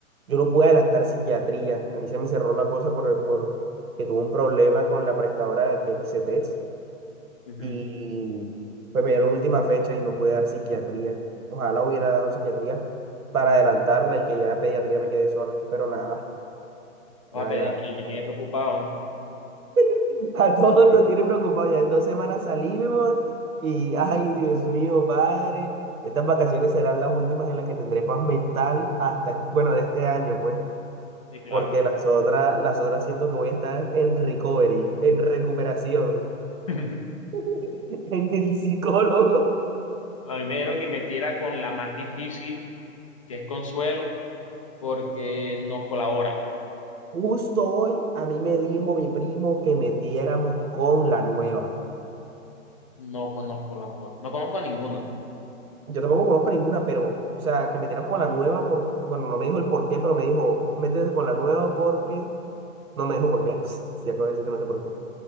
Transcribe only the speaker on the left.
ujú.
Ah,
pediatría
me tiene preocupado.
Sí,
sí, claro.
<laughs>
A mí me dieron que metiera con la más difícil, que es Consuelo, porque no colabora.
No conozco la, no conozco a ninguno.